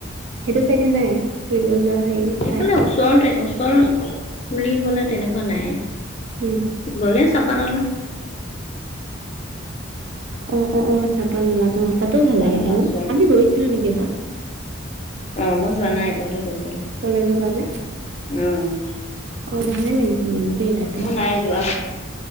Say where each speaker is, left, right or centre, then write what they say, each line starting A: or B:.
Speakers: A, on the right; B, on the left.
A: সেইটো চাইডে নাই। ফুৰিব যোৱা। হেৰি ঠাই
B: এইফালে ওচৰতে ওচৰত পুলিবলে তেনেকুৱা নাই।
A: উম
B: গলে চাপ। পানলা।
A: অ', অ', চাপানালাত অ। তাতো ভাল
B: চাপানলা
A: লাগিছিল
B: ওচৰ
A: ন আমি গৈছিলো নেকি এবাৰ।
B: অ', মই যোৱা নাই তহতে গৈছ।
A: কলেজ পা যে।
B: অ',
A: অ', ভালে লাগিছিল কিন্তু দেই তাতো।
B: মই নাই যোৱা